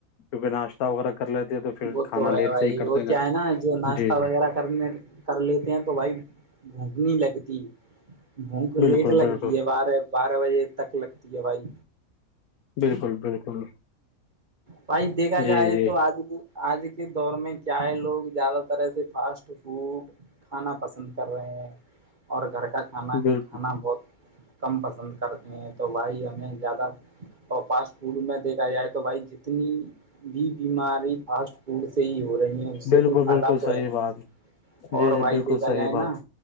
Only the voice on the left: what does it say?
کیونکہ ناشتہ وغیرہ کر لیتےہے تو پھر
کھانا
لیٹ
سے ہی
کرتے گا
جی جی
بالکل
بالکل
بالکل بالکل
جی جی
بالکل
بالکل
بالکل
صحیح
بات
جی جی
بالکل
صحیح
بات